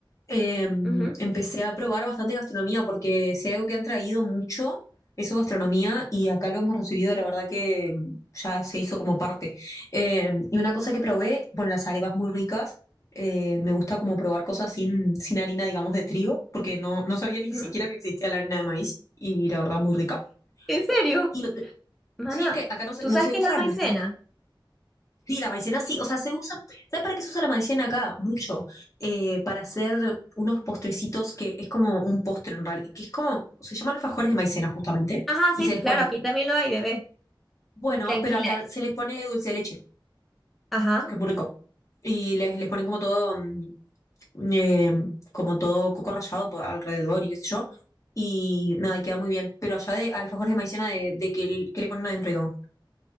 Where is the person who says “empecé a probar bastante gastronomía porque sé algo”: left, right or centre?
Left